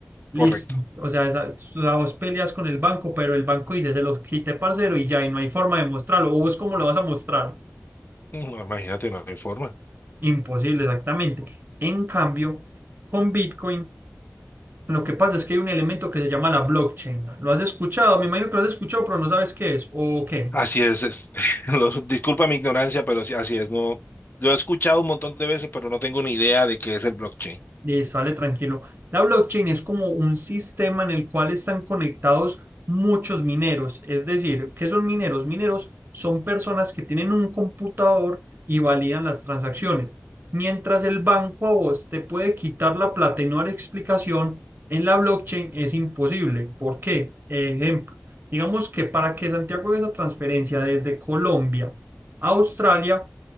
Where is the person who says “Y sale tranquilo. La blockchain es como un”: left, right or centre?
Right